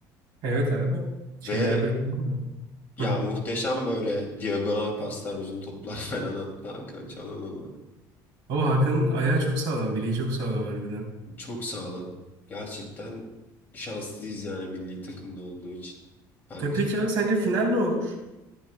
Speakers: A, on the right (about 70°); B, on the left (about 25°).
A: Evet abi. Şeylerde
B: Ve ya
A: Hı.
B: muhteşem böyle diagonal paslar, uzun toplar <laughs> falan attı Hakan Çalhanoğlu.
A: Ama Hakan'ın ayağı çok sağlam, bileği çok sağlam harbiden.
B: Çok sağlam. Gerçekten şanslıyız yani milli takımda olduğu için bence.
A: Ya peki abi sence final ne olur?